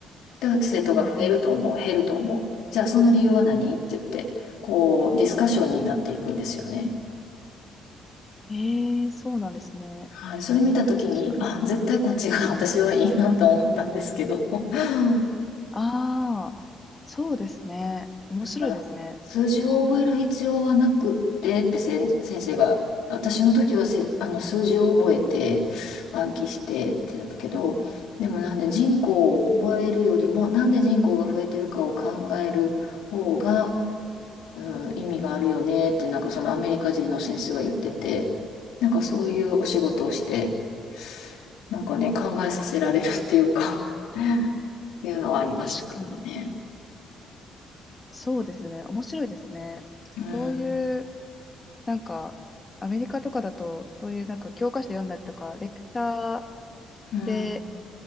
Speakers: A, on the left; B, on the left.
A: で、生徒が増えると思う、
B: うん、うん。
A: 減ると思う。じゃあその理由は何って言って、こう、ディスカッションになっていくんですよね。
B: ええー、そうなんですね。
A: はい。それ見たときに、
B: 確かに。
A: あ、絶対こっちが私はいいなと思ったんですけど。うん
B: ああ、そうですね。面白いですね。
A: だから、数字を覚える必要はなくってって先、先生が、私の時はせ、あの数字を覚えて暗記してって言たけど、でもなんで人口を覚えるよりも、
B: うん、
A: なんで人口が増えてるかを考える方が、うん、意味があるよねってなんかそのアメリカ人の先生は言ってて、なんかそういうお仕事をして、なんかね、考えさせられるっていうかっていうのはありましたけどね。
B: 確かに。そうですね。面白いですね。
A: うん、
B: そういう、なんか、アメリカとかだと、そういうなんか教科書読んだりとか、レクチャー
A: うん、
B: で